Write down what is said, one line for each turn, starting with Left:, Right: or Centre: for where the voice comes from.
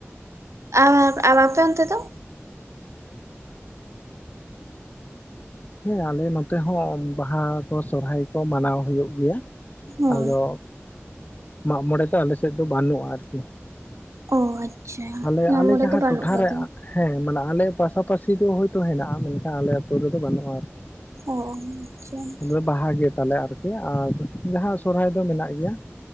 Right: ᱟᱨ, ᱟᱨ ᱟᱯᱮ ᱚᱱᱛᱮ ᱫᱚ?
Left: ᱦᱮᱸ ᱟᱞᱮ ᱱᱚᱛᱮ ᱦᱚᱸ ᱵᱟᱦᱟ ᱠᱚ, ᱥᱚᱦᱨᱟᱭ ᱠᱚ ᱢᱟᱱᱟᱣ ᱦᱳᱭᱳᱜ ᱜᱮᱭᱟ᱾
Right: ᱦᱳᱭ
Left: ᱟᱫᱚ ᱢᱟᱜ ᱢᱚᱬᱮ ᱫᱚ ᱟᱞᱮ ᱥᱮᱫ ᱫᱚ ᱵᱟᱱᱩᱜᱼᱟ ᱟᱨᱠᱤ᱾
Right: ᱚ ᱟᱪᱪᱷᱟ
Left: ᱟᱞᱮ
Right: ᱢᱟᱜᱢᱚᱬᱮ
Left: ᱟᱞᱮ ᱡᱟᱦᱟᱸ
Right: ᱫᱚ ᱵᱟᱹᱱᱩᱜ
Left: ᱴᱚᱴᱷᱟᱨᱮ
Right: ᱠᱟᱫᱟ᱾
Left: ᱦᱮᱸ ᱢᱟᱱᱮ ᱟᱞᱮ ᱯᱟᱥᱟᱯᱟᱥᱤ ᱫᱚ ᱦᱳᱭᱛᱳ ᱦᱮᱱᱟᱜᱼᱟ ᱢᱮᱱᱠᱷᱟᱱ ᱟᱞᱮ ᱟᱹᱛᱳ ᱨᱮᱫᱚ ᱵᱟᱹᱱᱩᱜᱼᱟ᱾
Right: ᱚ ᱚ ᱟᱪᱪᱷᱟ᱾
Left: ᱟᱫᱚ ᱵᱟᱦᱟ ᱜᱮ ᱛᱟᱞᱮ ᱟᱨᱠᱤ ᱟᱨ ᱡᱟᱦᱟᱸ ᱥᱚᱦᱨᱟᱭ ᱫᱚ ᱢᱮᱱᱟᱜ ᱜᱮᱭᱟ᱾